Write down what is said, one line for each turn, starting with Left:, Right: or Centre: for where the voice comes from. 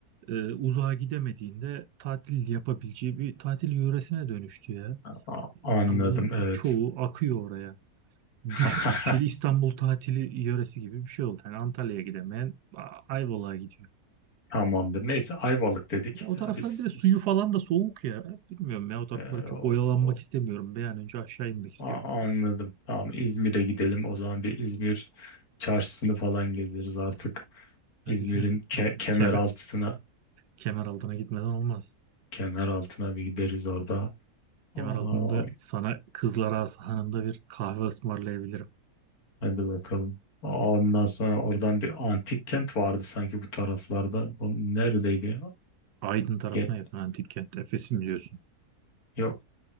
Right: e, uzağa gidemediğinde tatil yapabileceği bir tatil yöresine dönüştü ya.
Left: a-
Right: İstanbul'un
Left: anladım evet.
Right: çoğu akıyor oraya.
Left: <laughs>
Right: Düşük bütçeli İstanbul tatili yöresi gibi bir şey oldu. Yani Antalya'ya gidemeyen A- Ayvalık'a gidiyor.
Left: Tamamdır. Neyse Ayvalık dedik.
Right: Ya o tarafların
Left: Ya Biz,
Right: bir de suyu
Left: biz,
Right: falan da soğuk ya. Bilmiyorum ya o taraflarda
Left: e,
Right: çok
Left: o,
Right: oyalanmak
Left: o-
Right: istemiyorum. Bir an önce aşağı inmek istiyorum.
Left: a- anladım. Tamam İzmir'e gidelim. O zaman bir İzmir çarşısını falan gezeriz artık.
Right: Tabii
Left: İzmir'in
Right: yani
Left: ke kemer
Right: kemer,
Left: altına
Right: kemer altına gitmeden olmaz.
Left: kemer altına bir gideriz orada. Aa,
Right: Kemer altında sana Kızlar Ağası Hanı'nda bir kahve ısmarlayabilirim.
Left: hadi bakalım. Aa, Ondan sonra oradan bir antik kent vardı sanki bu taraflarda. O neredeydi? ya?
Right: Aydın tarafına
Left: Ge-
Right: yakın antik kent. Efes'i mi diyorsun?
Left: Yok